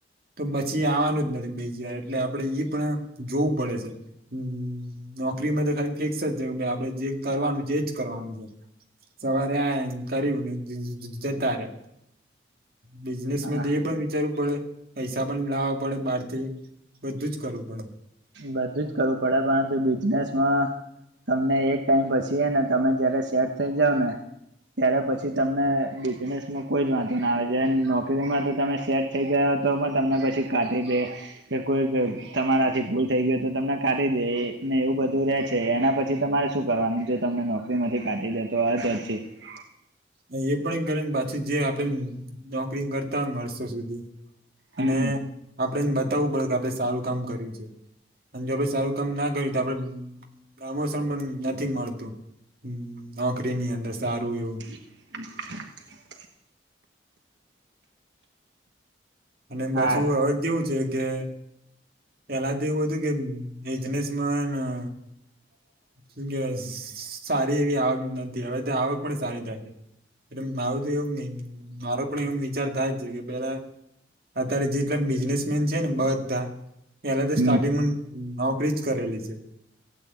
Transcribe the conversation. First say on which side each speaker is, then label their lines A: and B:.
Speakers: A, on the right; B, on the right.
A: તો પછી આવવાનું જ નથી બીજી વાર એટલે આપડે ઈ પણ જોવું પડે છે હમ નોકરીમાં તો ખાલી ફિક્સ જ છે આપડે જે કરવાનું છે જ કરવાનું છે. સવારે આ કર્યું ને જતા રે બિઝનેસ
B: હા
A: પણ વિચારવું પડે પૈસા પણ લાવવા પડે બાર તી બધું જ કરવું પડે
B: બધું જ કરવું પડે પરંતુ બિઝનેસમાં તમને એક ટાઈમ પસી ને તમે જયારે સેટ થઇ જાઓ ને ત્યારે પછી તમને બિઝનેસમાં કોઈ જ વાંધો ના આવે છે જ્યારે નોકરીમાં તો તમે સેટ થઈ ગયા પણ તમને પછી કાઢી દે કે કોઈ તમારાથી ભૂલ થઈ ગયો તો તમને કાઢી દેને એવું બધું રે છે એના પછી તમારે શું કરવાનું તમને નોકરીમાંથી કા આ દી તો આ જે <unintelligible>
A: <unintelligible> એ પણ કરી પાછી જે આપણે નોકરી કરતા વરસો સુધી અને
B: હમ
A: આપણેને બતાવવું પડે કે આપડે સારું કામ કર્યું છે. અને જો આપડે સારું કામ ના કર્યું તો આપડે પ્રમોસન પણ નથી મળતું હમ નોકરી ની અંદર સારું એવું
B: <unintelligible>
A: અને પાછું
B: હા
A: હવે કેવું છે કે પેલા તો એવું હતું કે બઇઝનેસનમાં અન શું કેવાય સારી એવી આવક નથી હવે આવક પણ સારી થાય છે. એટ મારું તો એવું મારો પણ એવ વિચાર થાય છે કે પેલા અત્યારે જેટલા બિઝનેસ મેન છે ને બધા પેલા તો
B: હમ
A: સ્ટાર્ટિંગ નો કરી જ કરેલી છે